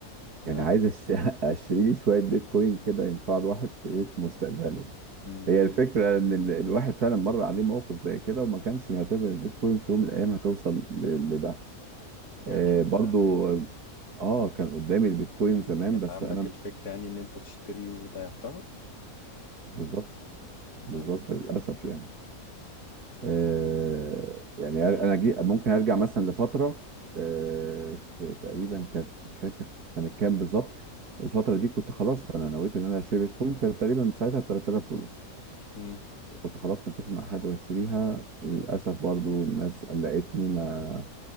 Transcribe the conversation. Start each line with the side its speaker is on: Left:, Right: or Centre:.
Right: يعني
Left: آه.
Right: عايز أشت- <laughs> اشتري لي شوية بيتكوين كده ينفع الواحد في ايه في مستقبله
Left: مم.
Right: هي الفكرة ان ال- الواحد فعلا مر عليه موقف زي كده وما كانش معتبر البيتكوين في يوم من الايام هتوصل ل- لده
Left: يعني
Right: آه،
Left: انت
Right: برضو اه كان قدامي البيتكوين زمان
Left: كانت
Right: بس
Left: عندك
Right: انا
Left: الفكرة يعني إن أنت تشتري وضيعتها؟
Right: بالظبط بالظبط
Left: لا
Right: للاسف يعني آه يعني انا جي ممكن ارجع مثلا لفتره آه في تقريبا كانت مش فاكر سنه كام بالظبط الفتره دي كنت خلاص انا نويت ان انا اشتري بيتكوين كانت تقريبا ساعتها ب 3000 دولار
Left: مم.
Right: وكنت خلاص متفق مع حد واشتريها وللاسف برضو الناس قلقتني ما